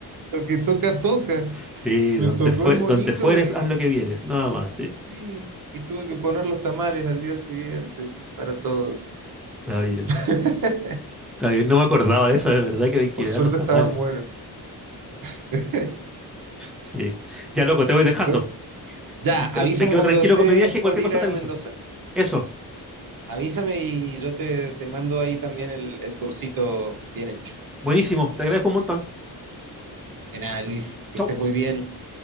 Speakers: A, on the right; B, in the centre.
A: lo que toca, toca.
B: Sí,
A: Me
B: donde
A: tocó
B: fue,
A: el monito
B: donde fueres,
A: y,
B: haz lo que vieres, nada más, sí,
A: sí y tuve que
B: sí,
A: poner los tamales al día siguiente para todos.
B: está bien.
A: <laughs>
B: Está bien, no me acordaba de eso, de verdad que hay que
A: Por suerte
B: ver los tamales.
A: estaban buenos. <laughs>
B: Sí. Ya, loco, te voy dejando.
A: Bueno, ya,
B: Me quedo,
A: avísame
B: me quedo
A: cuando
B: tranquilo
A: estés
B: con mi viaje,
A: por
B: cualquier
A: ir
B: cosa
A: a
B: te aviso.
A: Mendoza.
B: Eso,
A: Avísame y yo te, te mando ahí también el, el tourcito bien hecho.
B: buenísimo, te agradezco un montón.
A: De nada, Luis, que
B: Chau.
A: estés muy bien.